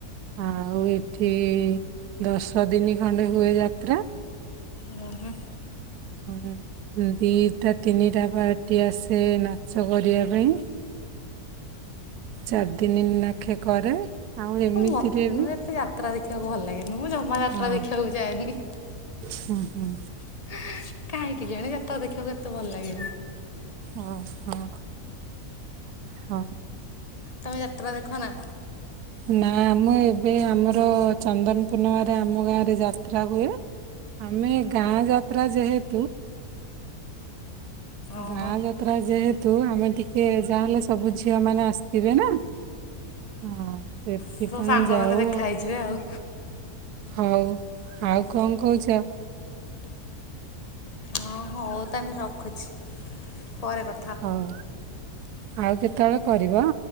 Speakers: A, on the right; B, on the left.
A: ଆଉ ଏଠି ଦଶ ଦିନ ଖଣ୍ଡେ ହୁଏ ଯାତ୍ରା।
B: ଓ ହୋ।
A: ହଁ ଦିଟା ତିନିଟା ପାର୍ଟି ଆସେ ନାଚ କରିବା ପାଇଁ। ଚାରି ଦିନ ନାଖେ କରେ। ଆଉ ଏମିତିରେ
B: ମତେ
A: ବି
B: ଏତେ ଯାତ୍ରା ଦେଖିବାକୁ ଭଲ ଲାଗେନି ମୁଁ ଜମା ଯାତ୍ରା
A: ହଁ
B: ଦେଖିବାକୁ ଯାଏନି କାହିଁକି
A: ହୁଁ ହୁଁ
B: କେଜାଣି ଯାତ୍ରା ଦେଖିବାକୁ ଏତେ ଭଲ ଲାଗେନି।
A: ଓ ହଁ। ହଁ।
B: ତମେ ଯାତ୍ରା ଦେଖ ନା?
A: ନା ଆମ ଏବେ ଆମର ଚନ୍ଦନ ପୂର୍ଣ୍ଣିମରେ ଆମ ଗାଁ ରେ ଯାତ୍ରା ହୁଏ ଆମେ ଗାଁ ଯାତ୍ରା ଯେହେତୁ
B: ଓହୋ
A: ଗାଁ ଯାତ୍ରା ଯେହେ ତୁ ଆମେ ଟିକେ ଯାହାହେଲେ ସବୁ ଝିଅ ମାନେ ଆସିଥିବେ ନା। ହଁ। ସେଥିପାଇଁ
B: ସବୁ ସାଙ୍ଗ
A: ଯାଉ
B: ମାନେ ଦେଖା ହେଇଯିବେ ଆଉ।
A: ହଉ ଆଉ କଣ କହୁଛ?
B: ହଁ ହଁ ହଉ ତାହେଲେ ରଖୁଛି ପରେ କ
A: ହଉ ଆଉ କେତେବେଳେ କରିବ।